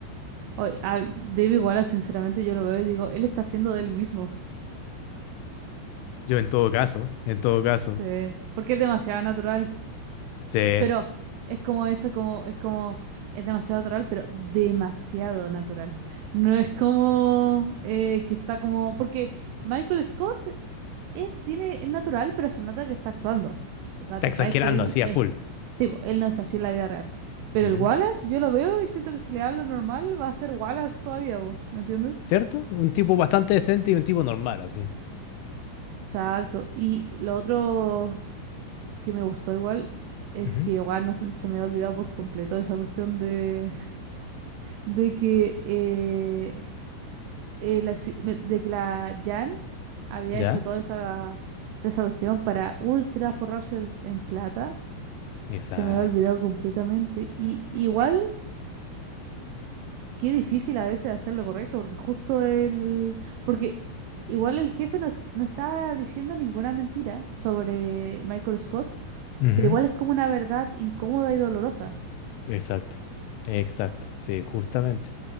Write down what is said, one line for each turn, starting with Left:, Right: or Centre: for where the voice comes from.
Right: O- a David Wallace, sinceramente, yo lo veo y digo, él está haciendo de él mismo.
Left: Yo en todo caso, en todo caso,
Right: Se- porque es demasiado natural.
Left: se
Right: Pero es como eso, como, es como, es demasiado natural, pero demasiado natural. No es como eh, que está como. Porque Michael Scott, él tiene, es natural, pero se nota que está actuando. O sea,
Left: está
Right: tú
Left: exagerando
Right: sabes que él
Left: así
Right: es.
Left: a full.
Right: Sí, po, él no es así en la vida real. Pero
Left: Ujú.
Right: el Wallace, yo lo veo y siento que si le hablo normal, va a ser Wallace todavía, po, ¿me entiendes?
Left: ¿Cierto? Un tipo bastante decente y un tipo normal así.
Right: Exacto. Y lo otro. que me gustó igual es
Left: Ujú.
Right: que igual no se, se me había olvidado por completo esa cuestión de, de que eh, eh, la, si- me- de que la Jan había
Left: ¿Ya?
Right: hecho toda esa, toda esa cuestión para ultra forrarse el- en plata.
Left: Exacto.
Right: Se me había olvidado completamente. Y igual, qué difícil a veces hacer lo correcto, porque justo el... Porque igual el jefe no, no está diciendo ninguna mentira sobre Michael Scott,
Left: Ujú,
Right: pero igual es como una verdad incómoda y dolorosa.
Left: Exacto, exacto, sí, justamente.